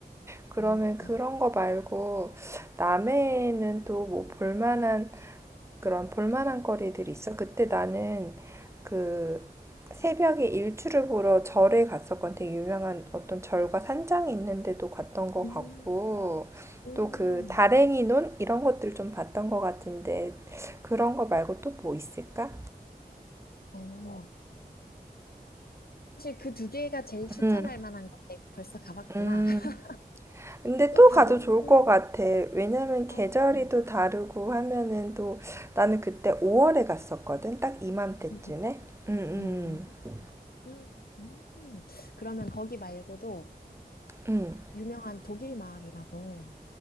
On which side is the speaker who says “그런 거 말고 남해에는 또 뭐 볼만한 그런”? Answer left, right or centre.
Right